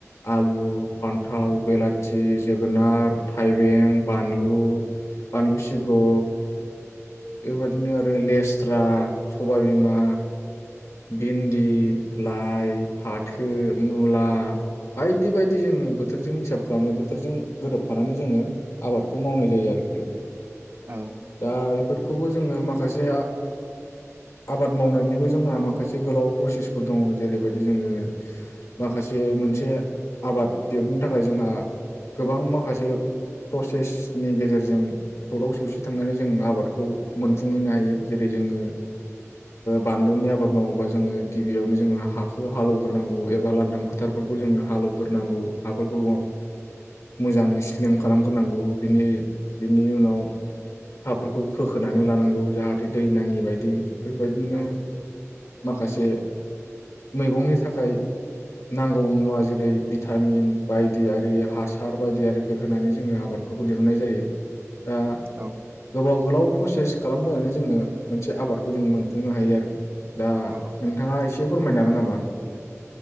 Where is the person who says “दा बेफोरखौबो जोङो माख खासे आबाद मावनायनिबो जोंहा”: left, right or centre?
Left